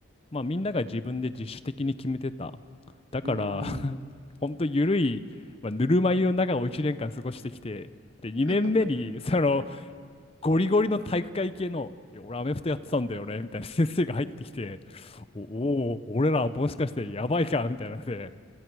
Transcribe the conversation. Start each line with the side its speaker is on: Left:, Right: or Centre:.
Left: まあ、みんなが自分で自主的に決めてた。だから、
Right: ーん。
Left: <laughs> ほんと緩い、まあ、ぬるま湯の中を1年間過ごしてきて、で、2年目に、
Right: <laughs>
Left: その、
Right: はい。
Left: ゴリゴリの体育会系の、いや俺アメフトやってたんだよね、みたいな先生が入ってきて、おおー、俺らもしかしてやばいか、みたいなので、